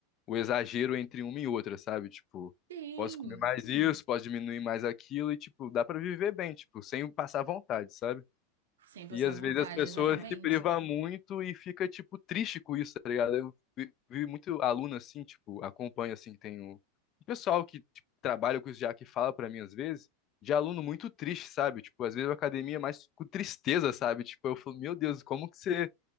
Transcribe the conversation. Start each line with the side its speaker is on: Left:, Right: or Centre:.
Left: o exagero entre uma e outra, sabe? Tipo,
Right: Sim,
Left: posso comer mais isso, posso diminuir mais aquilo e, tipo, dá pra viver bem, tipo, sem passar vontade, sabe?
Right: sem passar
Left: E às
Right: vontade,
Left: vezes as pessoas
Right: exatamente.
Left: se privam muito e fica, tipo, triste com isso, tá ligado? Eu vi, vi muito aluno assim, tipo, acompanho assim, que tem o o pessoal que tipo, trabalha com isso já que fala pra mim às vezes. De aluno muito triste, sabe? Tipo, às vezes a academia é mais com tristeza, sabe? Tipo, eu falo, meu Deus, como que você